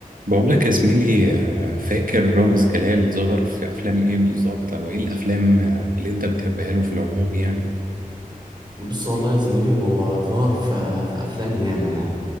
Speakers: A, on the right; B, on the right.
A: بقول لك يا زميلي آه، فاكر رامز جلال ظهر في افلام ايه بالظبط او ايه الافلام آه، اللي انت بتحبها له في العموم يعني
B: بص والله يا زميلي هو ظهر في في أفلام ياما يعني